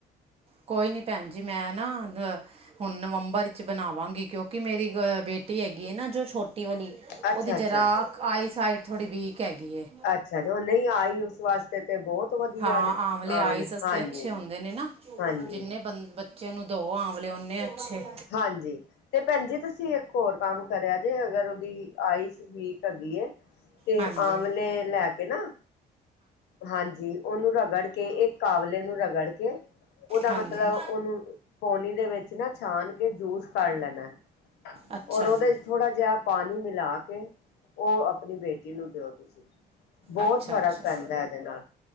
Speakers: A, on the right; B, on the left.
A: ਕੋਈ ਨੀ ਭੈਣ ਜੀ ਮੈਂ ਨਾ ਦ ਹੁਣ ਨਵੰਬਰ ਵਿੱਚ ਬਣਾਵਾਂਗੀ ਕਿਉਂਕਿ ਮੇਰੀ ਗ ਬੇਟੀ ਹੈਗੀ ਹੈ ਨਾ ਜੋ ਛੋਟੀ ਵਾਲੀ
B: ਅੱਛਾ
A: ਉਹਦੀ ਜਰਾ
B: ਅੱਛਾ
A: ਆਈਸ ਸਾਈਡ ਥੋੜ੍ਹੀ ਵੀਕ ਹੈਗੀ ਏ
B: ਅੱਛਾ ਉਹ ਨਹੀਂ ਆਈਸ ਉਸ ਵਾਸਤੇ ਤੇ ਬਹੁਤ ਵਧੀਆ
A: ਹਾਂ
B: ਨੇ
A: ਆਮਲੇ ਆਈਸ ਵਾਸਤੇ
B: ਹਾਂਜੀ
A: ਅੱਛੇ ਹੁੰਦੇ ਨੇ ਨਾ,
B: ਹਾਂਜੀ
A: ਜਿੰਨੇ ਬੰਦੇ ਬ ਬੱਚੇ ਨੂੰ ਦੋ ਆਂਮਲੇ, ਉਨੇ ਅੱਛੇ
B: ਹਾਂਜੀ, ਤੇ ਭੈਣ ਜੀ ਤੁਸੀਂ ਇੱਕ ਹੋਰ ਕੰਮ ਕਰਿਆ ਜੇ ਅਗਰ ਉਹਦੀ ਆਈਸ ਵੀਕ ਹੈਗੀ ਏ, ਤੇ
A: ਹਾਂਜੀ
B: ਆਮਲੇ ਲੈ ਕੇ ਨਾ ਹਾਂਜੀ, ਉਹਨੂੰ ਰਗੜ ਕੇ, ਇੱਕ ਆਵਲੇ ਨੂੰ ਰਗੜ ਕੇ, ਉਹਦਾ
A: ਹਾਂਜੀ
B: ਮਤਲਬ, ਉਹਨੂੰ ਪੋਨੀ ਦੇ ਵਿੱਚ ਵਿੱਚ ਨਾ ਛਾਨ ਕੇ ਜੂਸ ਕਢ ਲੈਣਾ,
A: ਅੱਛਾ
B: ਔਰ ਉਹਦੇ
A: ਜੀ
B: 'ਚ ਥੋੜਾ ਜਿਹਾ ਪਾਣੀ ਮਿਲਾ ਕੇ, ਉਹ ਆਪਣੀ ਬੇਟੀ ਨੂੰ ਦਿਓ ਤੁਸੀਂ ਬਹੁਤ
A: ਅੱਛਾ
B: ਫਰਕ
A: ਅੱਛਾ
B: ਪੈਂਦਾ ਇਹਦੇ ਨਾਲ